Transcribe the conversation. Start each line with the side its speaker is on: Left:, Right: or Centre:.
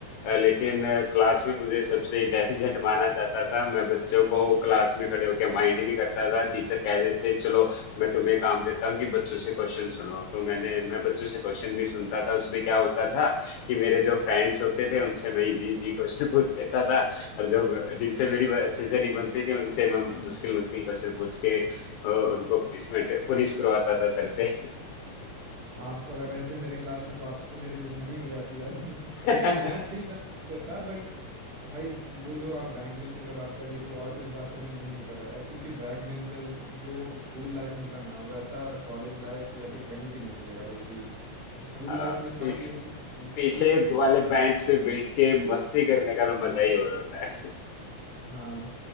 Left: अ, लेकिन अ, क्लास में मुझे सबसे इंटेलिजेंट माना जाता था मैं बच्चों को क्लास में खड़े होकर माइंड भी करता था टीचर कह देते चलो मैं तुम्हें काम देता हूँ कि बच्चों से क्वेश्चन सुनो तो मैंने मैं बच्चों से क्वेश्चन भी सुनता था उसमें क्या होता था कि मेरे जो फ्रेंड्स होते थे उनसे मैं इजी इजी क्वेश्चन <laughs> पूछ लेता था और जब जिनसे मेरी ब- अच्छे से नहीं बनती थी उनसे मैं मुश्किल मुश्किल क्वेश्चन पूछ के अ, उनको पनिशमेंट पुनिश करवाता था सर से
Right: आप अगर रहते मेरे क्लास में तो आपसे तो मेरी दुश्मनी हो जाती यार <laughs>
Left: <laughs>
Right: क्योंकि मैथ भी बेस्ट था बट भाई वो जो आप बैक बेंचर का बात कर दिए तो और कुछ बात करने मन ही नहीं करा यार क्योंकि बैक बेंचर जो स्कूल लाइफ में था ना वैसा कॉलेज लाइफ या फिर कहीं भी नहीं मिलेगा वो चीज स्कूल
Left: हाँ
Right: लाइफ में था
Left: पीछे
Right: कि भाई वो
Left: पीछे
Right: चीज
Left: वाले बेंच पे बैठ के मस्ती करने का तो मजा ही और होता है
Right: हाँ